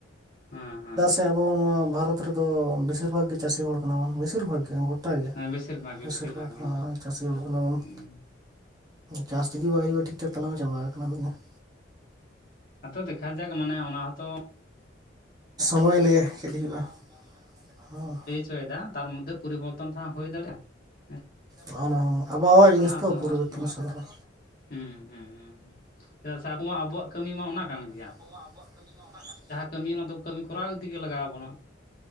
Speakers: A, on the left (about 50°); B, on the right (about 20°).
A: ᱦᱮᱸ ᱦᱮᱸ ᱾
B: ᱥᱮ ᱟᱵᱚ ᱱᱚᱣᱟ ᱵᱷᱟᱨᱚᱛ ᱨᱮᱫᱚ ᱵᱮᱥᱤᱨ ᱵᱷᱟᱜᱽ ᱜᱮ ᱪᱟᱹᱥᱤ ᱦᱚᱲ ᱠᱟᱱᱟ ᱵᱚᱱ ᱵᱮᱥᱤᱨ ᱵᱷᱟᱜᱽ ᱜᱮ ᱾ ᱜᱚᱴᱟᱜ ᱜᱮ
A: ᱦᱮᱸ ᱵᱮᱥᱤᱨ ᱵᱷᱟᱜᱽ ᱜᱮ
B: ᱵᱤᱥᱤᱨ
A: ᱵᱮᱥᱤᱨ
B: ᱵᱷᱟᱜᱽ
A: ᱜᱮ
B: ᱪᱟᱹᱥᱤ ᱦᱚᱲ ᱠᱟᱱᱟᱵᱚᱱ
A: ᱦᱩᱸ
B: ᱾ ᱪᱟᱥ ᱡᱩᱫᱤ ᱵᱟᱭ ᱦᱩᱭᱩᱜᱼᱟ ᱴᱷᱤᱠ ᱴᱷᱟᱠ ᱛᱟᱞᱮᱵᱚ ᱪᱟᱵᱟ ᱟᱠᱟᱱᱟ ᱾
A: ᱟᱛᱚ ᱫᱮᱠᱷᱟ ᱡᱟᱠ ᱢᱟᱱᱮ ᱚᱱᱟ ᱦᱚᱸᱛᱚ
B: ᱥᱚᱢᱚᱭᱮ ᱞᱟᱹᱭᱟ ᱪᱮᱫ ᱦᱩᱭᱩᱜᱼᱟ ᱦᱚᱸ
A: ᱦᱚᱪᱚᱭᱫᱟ ᱛᱟᱨ ᱢᱚᱫᱽᱫᱷᱮ ᱯᱚᱨᱤᱵᱚᱨᱛᱚᱱ ᱛᱮᱦᱚ ᱦᱩᱭ ᱫᱟᱲᱮᱭᱟᱜᱼᱟ ᱾
B: ᱦᱚᱜᱚ ᱱᱚᱣᱟ ᱟᱵᱚᱦᱟᱣᱟ ᱡᱤᱱᱤᱥ
A: ᱟᱵᱚ
B: ᱛᱚ
A: ᱫᱚ
B: ᱯᱚᱨᱤᱵᱚᱨᱛᱚᱱ
A: ᱟᱨᱠᱤ
B: ᱥᱟᱲᱚᱼᱟ᱾
A: ᱦᱩᱸ ᱦᱩᱸ ᱦᱩᱸ ᱪᱮᱫᱟᱜ ᱥᱮ ᱟᱵᱚ ᱢᱟ ᱟᱵᱚᱣᱟᱜ ᱠᱟᱹᱢᱤ ᱢᱟ ᱚᱱᱟ ᱠᱟᱱ ᱼᱼ
B: ᱟᱵᱚ ᱢᱟ ᱟᱵᱚᱣᱟᱜ ᱠᱟᱹᱢᱤ ᱢᱟ ᱚᱱᱟ ᱠᱟᱱ ᱾
A: ᱠᱟᱹᱢᱤ ᱚᱱᱟ ᱫᱚ ᱠᱟᱹᱢᱤ ᱠᱚᱨᱟᱣ ᱤᱫᱤᱜᱮ ᱞᱟᱜᱟᱣ ᱵᱚᱱᱟ ᱾